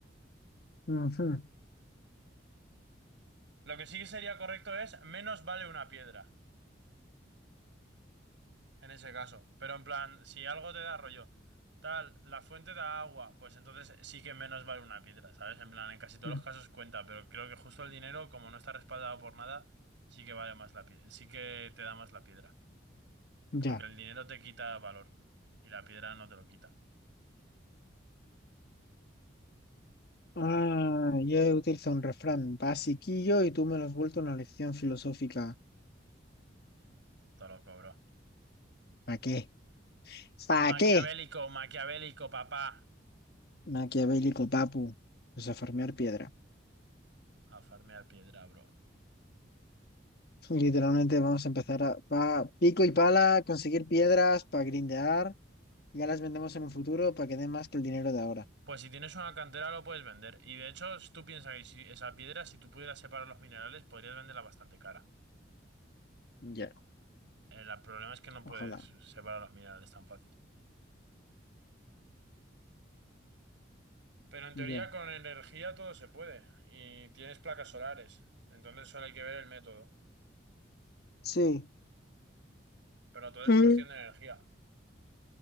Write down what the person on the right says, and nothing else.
Lo que sí que sería correcto es menos vale una piedra, en ese caso. Pero en plan, si algo te da rollo, tal, la fuente da agua, pues entonces sí que menos vale una piedra, ¿sabes? En plan, en casi todos
los casos cuenta, pero creo que justo el dinero, como no está respaldado por nada, sí que vale más la piedra, sí que te da más la piedra. Porque
el dinero te quita valor y la piedra no te lo quita,
te lo cobro.
Maquiavélico,
maquiavélico, papá.
A farmear piedra, bro.
Pues si tienes una cantera lo puedes vender. Y de hecho, s- tú piensas que si esa piedra, si tú pudieras separar los minerales, podrías venderla bastante cara.
El la- problema es que no
puedes separar los minerales tan fácil. Pero en teoría
con energía todo se puede. Y tienes placas solares. Entonces solo hay que ver el método.
Pero todo es
cuestión de energía.